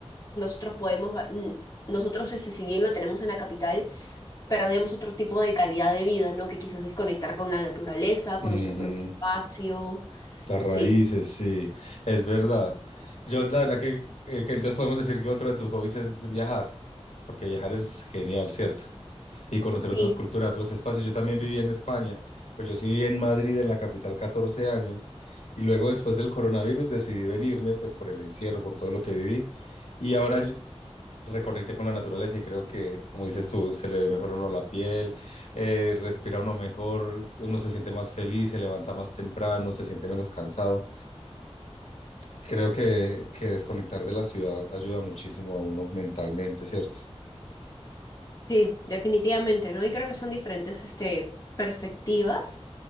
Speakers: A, on the left; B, on the left.
A: nosotros podemos, va- nosotros, ese, si bien lo tenemos en la capital, perdemos otro tipo de calidad de vida, ¿no? Que quizás es conectar con la naturaleza, con
B: ujú,
A: nuestro propio espacio.
B: Las raíces,
A: Sí,
B: sí, es verdad.
A: ¿no?
B: Yo la verdad que, eh, que entonces podemos decir que otro de tus hobbies es viajar, porque viajar es genial, ¿cierto? Y conocer
A: sí,
B: otras culturas, otros espacios. Yo también viví en España, pues yo sí viví en Madrid, en la capital, 14 años, y luego después del coronavirus decidí venirme, pues por el encierro, por todo lo que viví, y ahora reconecté con la naturaleza y creo que, como dices tú, se le ve mejor a uno la piel, eh, respira uno mejor, uno se siente más feliz, se levanta más temprano, se siente menos cansado. Creo que, que desconectar de la ciudad ayuda muchísimo a uno mentalmente, ¿cierto?
A: sí, definitivamente, ¿no? Y creo que son diferentes, este, perspectivas.